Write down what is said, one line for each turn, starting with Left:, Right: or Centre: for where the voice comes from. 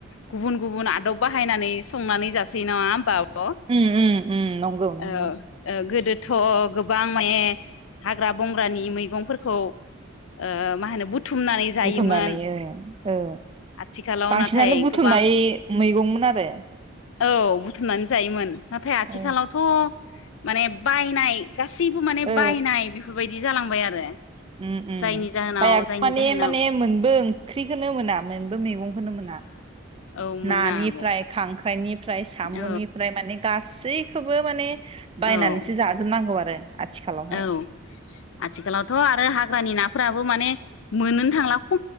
Left: गुबुन गुबुन आदब बाहायनानै संनानै जासै नङा होमबा अ ओ
Right: उम उम उम नंगौ
Left: ओ
Right: नंगौ
Left: गोदो थ' गोबां माने हाग्रा बंग्रानि मैगंफोरखौ ओ मा होनो बुथुमनानै जायोमोन
Right: बुथुमनानै ओ औ
Left: आथिखालाव
Right: बांसिनानो
Left: नाथाय
Right: बुथुमनाय
Left: गोबां
Right: मैगंमोन आरो
Left: औ बुथुमनानै जायोमोन नाथाय आथिखालावथ'
Right: औ
Left: माने बायनाय गासैबो माने
Right: ओ
Left: बायनाय बेफोरबायदि बिदि जालांबाय आरो
Right: उम उम
Left: जायनि जाहोनाव जायनि
Right: माने
Left: जाहोनाव
Right: माने मोनबो ओंख्रिखौनो मोना मोनबो मैगंखौनो मोना
Left: औ मोना
Right: नानिफ्राय
Left: आब'
Right: खां फ्रानि फ्राय साम'निफ्राय
Left: औ
Right: माने गासैखौबो माने
Left: औ
Right: बायनानैसो जाजोबनांगौ आरो आथिखालावहाय
Left: औ आथिखालावथ' आरो हा ग्रानि नाफ्राबो माने मोननोनो थांला